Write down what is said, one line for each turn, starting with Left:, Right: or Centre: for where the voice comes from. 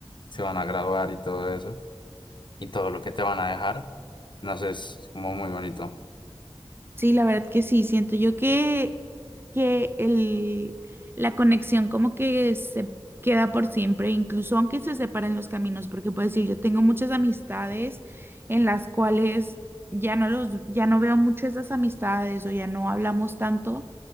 Left: se van a graduar y todo eso, y todo lo que te van a dejar. No sé, es como muy bonito.
Right: Sí, la verdad que sí, siento yo que, que el, la conexión como que se queda por siempre, incluso aunque se separen los caminos, porque puedo decir, yo tengo muchas amistades en las cuales ya no los, ya no veo mucho esas amistades o ya no hablamos tanto,